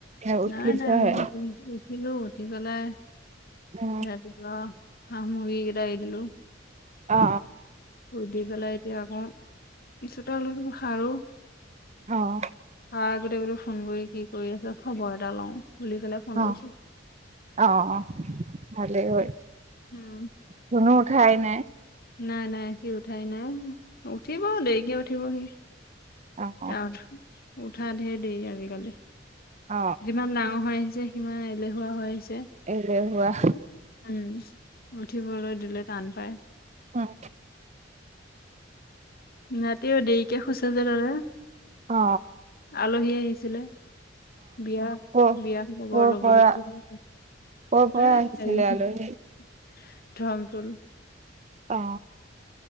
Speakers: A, on the right (about 35°); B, on the left (about 55°).
A: এ উঠিছহে
B: নাই নাই মই উঠিলো উঠি পেলাই।
A: অ
B: সতি। হ মগী গডাইো
A: অ
B: উদী পেল এতিয়া আকৌ পিছতে ল খাৰো
A: অ
B: আহ আগতে বোলো ফোন কৰি কি কৰি আছে খবৰ এটা লওঁ ভুলি ফেলাই ফোন
A: অ
B: কৰিছে
A: অ অ ভালেই হ'ল
B: উম
A: কোনো উঠাই নাই
B: নাই নাই সি উঠাই নাই উঠিব দেৰিকে উঠিব সি
A: অ অ
B: তাৰ উঠা ধেৰ দেই আজিকালি
A: অ
B: যিমান ডাঙৰ হৈ আহিছে যে সিমান এলেহুৱা।
A: এ হোৱা
B: উম উঠিবলৈ দিলে টান পাই।
A: উম!
B: নাতীও দেৰিকে শুইছে যে তাতে
A: অ
B: আলহী আহি ছিলে, বিয়া
A: অ
B: বিয়া খবৰ
A: ক কৰ
B: লবলৈ।
A: পৰা
B: স
A: কৰ পৰা আহিছিলে আলহী
B: মটোুল <inaudible>
A: অ